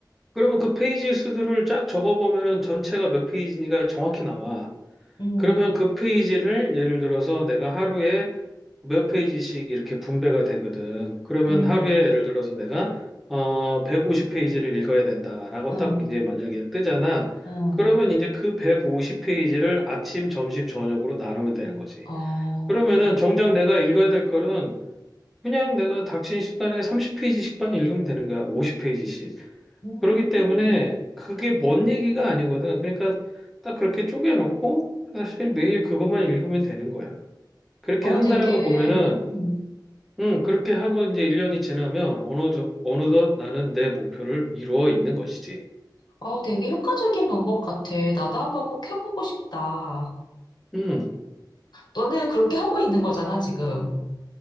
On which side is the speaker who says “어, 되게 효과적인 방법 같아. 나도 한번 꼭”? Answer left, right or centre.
Left